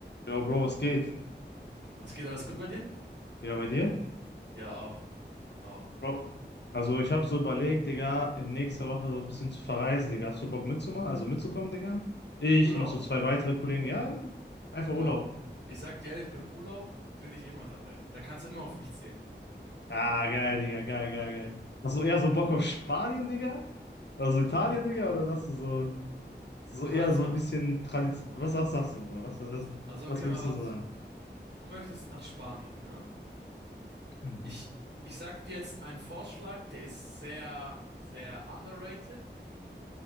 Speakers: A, on the left; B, on the right.
A: Jo, Bro, was geht?
B: Was geht alles gut bei dir?
A: Ja, bei dir?
B: Ja, auch, auch.
A: Bro, also ich habe so überlegt, Digga, in nächster Woche so ein bisschen zu verreisen, Digga. Hast du Bock mitzumachen? Also mitzukommen, Digga? Ich,
B: Urlaub?
A: noch so zwei weitere Kollegen. Ja, ja. einfach
B: Bro,
A: Urlaub.
B: ich sag dir ehrlich, beim Urlaub bin ich immer dabei. Da kannst du immer auf mich zählen.
A: Ah, geil, Digga, geil, geil, geil. Hast du eher so Bock auf Spanien, Digga? Oder so Italien, Digga? Oder sagst du so, so
B: Warte
A: eher so
B: mal.
A: ein bisschen Tradition? Was, was sagst du, Bruder? Was, was, was,
B: Also,
A: was
B: okay,
A: würdest
B: mal warte.
A: du so
B: So,
A: sagen?
B: Du möchtest nach Spanien, ne?
A: Mhm.
B: Ich, ich sag dir jetzt einen Vorschlag, der ist sehr, sehr underrated.